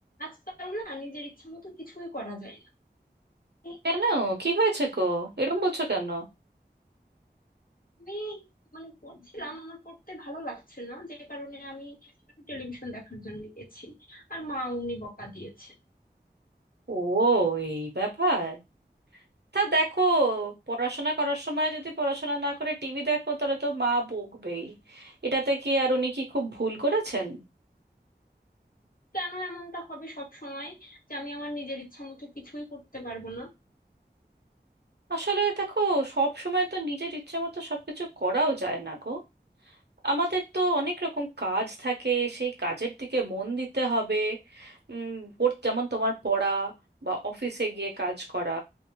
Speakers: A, on the left; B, on the right.
A: আজকাল না নিজের ইচ্ছা মতো কিছুই করা যায় না এই
B: কেন কি হয়েছে গো এরম বলছো কেন
A: আমি মানে পড়ছিলাম আমার পড়তে ভালো লাগছে না যে কারণে আমি টেলিভিশন দেখার জন্য গেছি আর মা উনি বকা দিয়েছে
B: ও এই ব্যাপার তা দেখো পড়াশোনা করার সময় যদি পড়াশোনা না করে টিভি দেখো তাহলে তো মা বকবেই এটাতে কি আর উনি কি খুব ভুল করেছেন
A: কেন এমনটা হবে সব সময় যে আমি আমার নিজের ইচ্ছা মতো কিছুই করতে পারবো না
B: আসলে দেখো সব সময় তো নিজের ইচ্ছে মতো সবকিছু করাও যায় না গো আমাদের তো অনেক রকম কাজ থাকে সেই কাজের দিকে মন দিতে হবে উম, ওর যেমন তোমার পড়া বা অফিসে গিয়ে কাজ করা